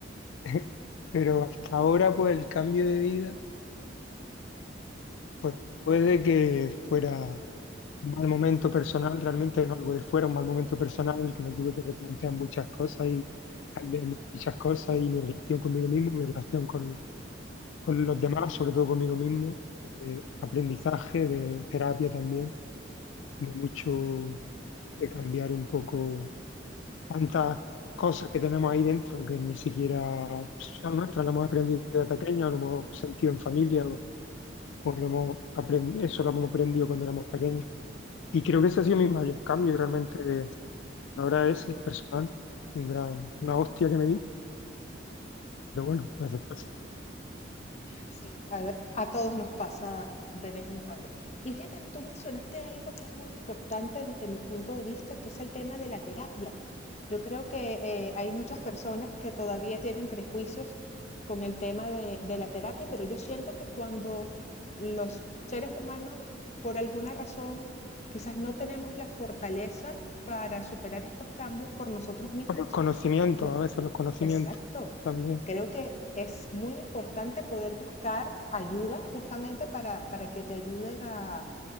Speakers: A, on the left (about 80°); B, on the left (about 35°).
A: <laughs> Pero hasta ahora, pues el cambio de vida, pues puede que fuera un mal momento personal, realmente no algo de fuera, un mal momento personal en el que me tuve que replantear muchas cosas y cambiar muchas cosas y mi relación conmigo mismo, mi relación con, con los demás, sobre todo conmigo mismo, de aprendizaje, de terapia también, de mucho. de cambiar un poco tantas cosas que tenemos ahí dentro que ni siquiera son nuestras, las hemos aprendido de pequeña, lo hemos sentido en familia, o, o lo hemos aprendido, eso lo hemos aprendido cuando éramos pequeños. Y creo que ese ha sido mi mayor cambio, y realmente ahora ese es personal, un gran, una hostia que me di, pero bueno, a veces pasa.
B: Sí, a, a todos nos pasa de vez en cuando. Y fíjate, tú mencionaste algo que es muy importante desde mi punto de vista, que es el tema de la terapia. Yo creo que eh, hay muchas personas que todavía tienen prejuicios con el tema de, de la terapia, pero yo siento que cuando los seres humanos, por alguna razón, quizás no tenemos la fortaleza para superar estos cambios por nosotros mismos,
A: O los conocimientos,
B: me-
A: a veces los conocimientos
B: Exacto.
A: también.
B: Creo que es muy importante poder buscar ayuda justamente para, para que te ayuden a,